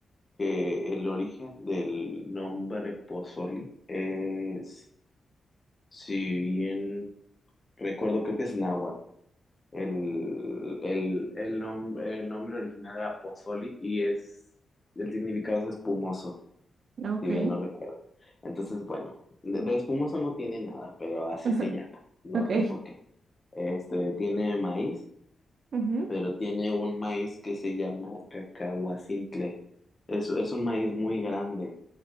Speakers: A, on the left; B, on the right.
A: que el origen del nombre Pozoli es, si bien recuerdo, creo que es náhuatl. El, el, el, nom- el nombre original era Pozoli y es, el significado es espumoso,
B: ok,
A: si bien no recuerdo. Entonces, bueno, de, de espumoso no tiene nada, pero así
B: <laughs>
A: se llama. No
B: ok,
A: sé por qué. Este, tiene maíz,
B: ujú,
A: pero tiene un maíz que se llama cacahuacintle. Es, es un maíz muy grande